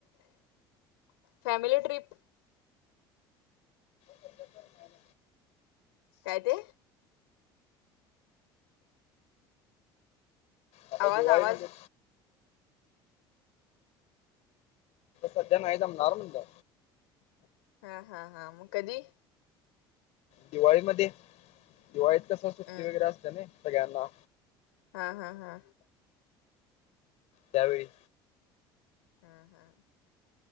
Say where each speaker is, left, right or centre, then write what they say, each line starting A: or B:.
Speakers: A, on the left; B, on the left.
A: फॅमिली, ट्रिप.
B: सध्या तर नाही.
A: काय, ते?
B: आता
A: आवाज
B: दिवाळी
A: आवाज
B: मध्ये. सध्या नाही जमणार, म्हणलं.
A: हा, हा, हा, मग कधी?
B: दिवाळीमध्ये, दिवाळीत कस सुट्टी
A: हम्
B: वगैरे असते नयी सगळ्यांना.
A: हा, हा, हा.
B: त्यावेळी.
A: हा, हा.